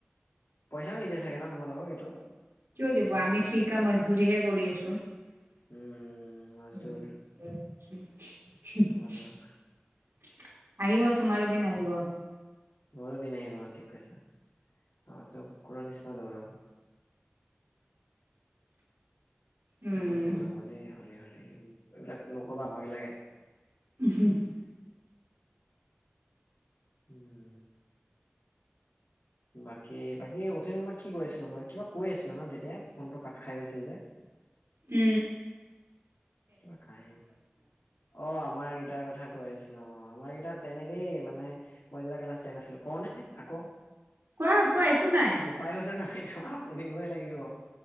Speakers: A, on the left (about 85°); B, on the right (about 85°).
A: পইচাও নিদিয়ে চাগে ন, তোমালোকক এইটো।
B: কিয়
A: ইণ্টাৰ্ণশ্বিপত
B: দিব। আমি ফ্ৰি কা মজদুৰিহে কৰি আছো। <inaudible>
A: উম উম মাছ দৌৰ তোমালোক
B: আহিব, তোমাৰো দিন আহিব।
A: মোৰো দিন আহিব ঠিক কৈছা, আমাকটো কুকুৰৰ নিচিনা দৌৰাব।
B: উম
A: বহুত দৌৰাব দেই, হৰি, হৰি। এইবিলাক নকবা ভয় লাগে।
B: <inaudible>
A: উ। বাকী, বাকী অথমি তোমাক কি কৈ আছিলো মই, কিবা কৈ আছিলো ন তেতিয়া ফোনটো কাট খাই গৈছিল যে।
B: উ।
A: কিবা কাহিনী। অ', আমাৰ এইকিটাৰ কথা কৈ আছে। অ', আমাৰ এই কেইটা তেনেকেই মানে, মই তেতিয়া ক্লাছ টেন আছিলোঁ, কওনে আকৌ?
B: কোৱা, কোৱা, একো নাই।
A: উপায়োতো নাই তোমাৰ শুনিবই লাগিব।